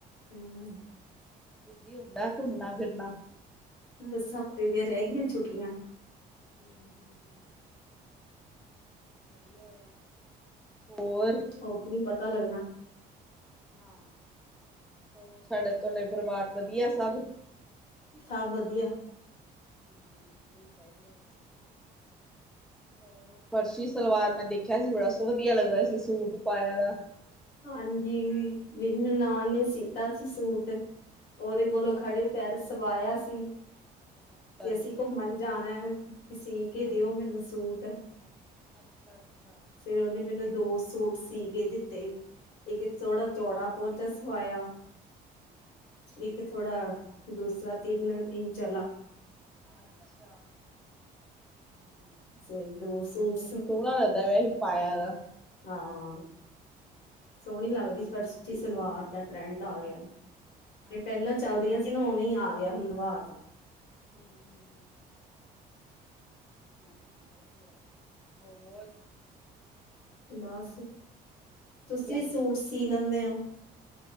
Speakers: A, on the left; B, in the centre.
A: ਹੂੰ-ਹੂੰ।
B: ਏਦਾਂ ਹੀ ਹੁੰਦਾ, ਘੁੰਮਣਾ ਫਿਰਨਾ।
A: ਦਸ ਹਫ਼ਤੇ ਦੀਆਂ ਰਹਿ ਗਈਆਂ ਛੁੱਟੀਆਂ।
B: ਹੂੰ- ਹੂੰ, ਵਧੀਆ ਐ। ਹੋਰ
A: ਹੋਰ ਕੀ ਪਤਾ ਲੱਗਣਾ
B: ਹਾਂ, ਸਾਡੇ ਤੁਹਾਡੇ ਪਰਿਵਾਰ ਵਧੀਆ ਸਭ।
A: ਸਭ ਵਧੀਆ।
B: ਹੂੰ, ਵਧੀਆ ਈ ਚਾਹੀਦਾ ਗਾ। ਹੋਰ ਫਰਸ਼ੀ ਸਲਵਾਰ ਮੈਂ ਦੇਖਿਆ ਸੀ, ਬੜਾ ਸ ਵਧੀਆ ਲੱਗਦਾ ਸੀ, ਸੂਟ ਪਾਇਆ ਦਾ।
A: ਹਾਂਜੀ, ਮੇਰੀ ਨਨਾਨ ਨੇ ਸੀਤਾ ਸੀ ਸੂ, ਟ ਉਹਦੇ
B: ਅੱਛਾ,
A: ਕੋਲੋਂ ਖੜੇ ਪੈਰ ਸਵਾਇਆ ਸੀ,
B: ਅੱਛਾ,
A: ਕਿ
B: ਅੱਛਾ।
A: ਅਸੀਂ ਘੁੰਮਣ ਜਾਣਾ। ਤੇ ਸੀਅ ਕੇ
B: ਹਾਂ।
A: ਦਿਓ ਮੈਨੂੰ ਸੂਟ।
B: ਅੱਛਾ, ਅੱਛਾ,
A: ਫਿਰ ਉਹਨੇ ਮੈਨੂੰ ਦੋ ਸੂਟ ਸੀਅ ਕੇ ਦਿੱਤੇ, ਇੱਕ ਥੋੜਾ ਚੌੜਾ ਪਹੁੰਚਾ ਸਵਾਇਆ। ਇੱਕ ਥੋੜਾ ਦੂਸਰਾ ਤਿੰਨ ਇੰਚ ਆਲਾ।
B: ਅੱਛਾ, ਹੂੰ,
A: ਫਿਰ
B: ਚਲੋ
A: ਦੋ ਸੂਟ
B: ਵਧੀਆ, ਸੋਹਣਾ ਲੱਗਦਾ ਪਿਆ ਸੀ ਪਾਇਆ ਹੋਇਆ ਦਾ।
A: ਹੂੰ, ਸੋਹਣੀ ਲੱਗਦੀ ਸੀ ਫਰਸ਼ੀ ਸਲਵਾਰ ਦਾ ਟਰੈਂਡ ਆ ਗਿਆ,
B: ਹਾਂਜੀ,
A: ਤੇ ਪਹਿਲਾਂ
B: ਹਾਂਜੀ।
A: ਚੱਲਦੀਆਂ ਸੀ। ਤੇ ਉਵੇਂ ਹੀ ਆ ਗਿਆ ਹੁਣ ਰਵਾਜ਼।
B: ਹੂੰ-ਹੂੰ, ਹਾਂ ਉਹ ਤੇ ਹੈ, ਹੋਰ
A: ਹੁਣ ਬਸ,
B: ਵਧੀਆ
A: ਤੁਸੀਂ ਸੂਟ ਸੀਅ ਲੈਂਨੇ ਹੋ।